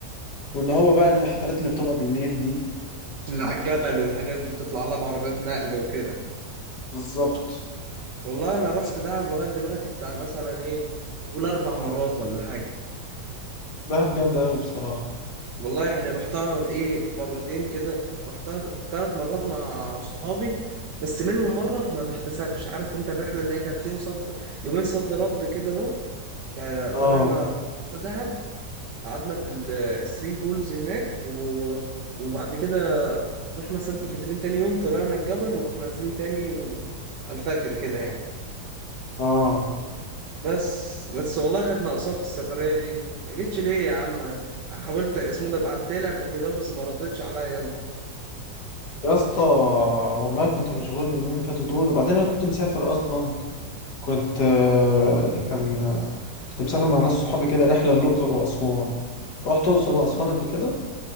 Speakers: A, on the left; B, on the right.
A: واللي هو بقى الحفلات اللي بتبقى بالليل دي
B: اللي على الجبل والحاجات دي بتطلع لها بعربيات نقل وكده
A: بالظبط
B: والله انا رحت
A: بس كانت
B: دهب لغايه دلوقتي بتاع مثلا ايه قول اربع مرات ولا حاجه
A: دهب جامدة أوي بصراحة
B: والله يعني رحتها ايه مرتين كده رحتها ثلاث مرات مع صحابي بس منهم مرة ما تحتسبش عارف انت الرحلة اللي هي كانت يوم صد يومين صد رد كده اهو كا- طلعنا
A: اه
B: رحلة دهب قعدنا في الثري بولز هناك و... وبعد كده رحنا سانت كاترين تاني يوم طلعنا الجبل ورحنا نازلين تاني و... على الفجر كده يعني
A: اه
B: بس بس والله كانت ناقصاك السفرية دي ما جيتش ليه يا عم حاولت اسمه ده بعتلك وكده بس ما ردتش عليا
A: يا اسطى والله كنت مشغول اليومين اللي فاتوا دول وبعدين انا كنت مسافر اصلا كنت آه، كان كنت مسافر مع ناس صحابي كده رحله للاقصر واسوان رحت الاقصر واسوان قبل كده